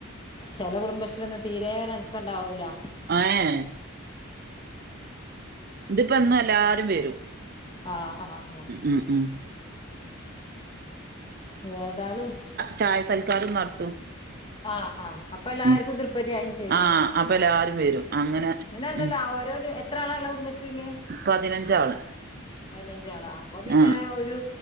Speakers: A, on the left; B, on the right.
A: ചെല കുടുംബശ്രീഒന്നും തീരെ നക്കണ്ടാവൂല
B: ആഎയെ ഇതിപ്പന്ന് ല്ലാരും വരും
A: ആഹ് ആഹ് ആഹ്
B: ഉമ് ഉമ്
A: ഏതാലും
B: ചായസൽക്കാരും നടത്തും
A: ആഹ് ആഹ് അപ്പൊ ല്ലാർക്കും
B: ഉം
A: ത്രിപതിയായിം ചെയ്ത്
B: ആഹ് അപ്പൊ എല്ലാരും വരും അങ്ങനെ
A: പിന്നെന്തേല്ലാ
B: ഉം
A: ആ ഓരോര് ത്ര ആളള്ളെ കുടുംബശ്രീയില്
B: പതിനഞ്ചാള്
A: പതിനഞ്ചാളാ അപ്പൊ പിന്നെ
B: ആഹ്
A: ഒരു